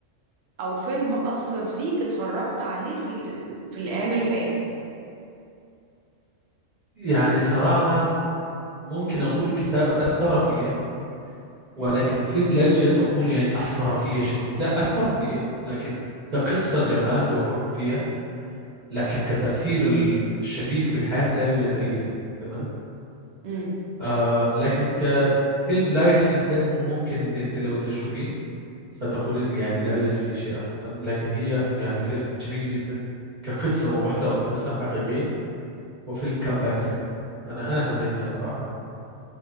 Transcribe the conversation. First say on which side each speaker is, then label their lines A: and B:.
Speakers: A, on the right (about 60°); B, on the right (about 35°).
A: أو فيلم أثر فيك اتفرجت عليه في ال... في الأيام الفائتة
B: يعني صراحة ممكن أقول كتاب أثر فيا
A: مم.
B: ولكن فيلم لا يوجد أقول يعني أثر فيا شديد لا أثر فيا لكن كقصة جمال وحب فيها لكن كتأثير ال- الشديد في الحياة لا يوجد أي فيلم تمام
A: مم.
B: آه لكن كفيلم لايت جدا وممكن أنت لو تشوفين فتقولين يعني لا يوجد فيه شيء أفضل لكن هي يعني فيلم جميل جدا كقصة ومحتوى القصة حقيقية وفيلم كامب سري أنا أنا حبيتها صراحة